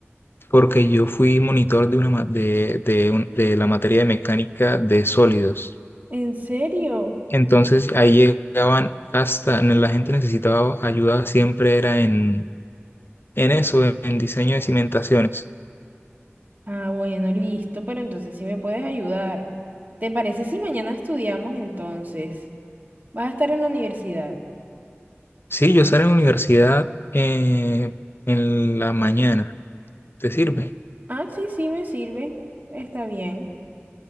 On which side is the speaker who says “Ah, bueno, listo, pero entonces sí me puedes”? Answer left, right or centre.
Right